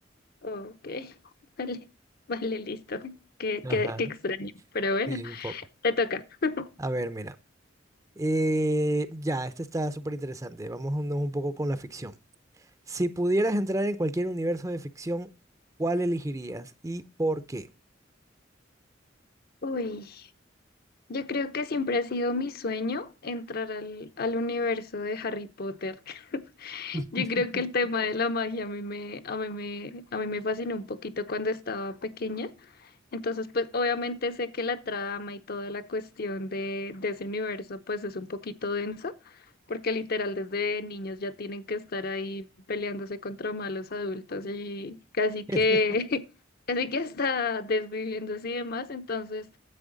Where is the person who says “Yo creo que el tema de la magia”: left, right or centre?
Left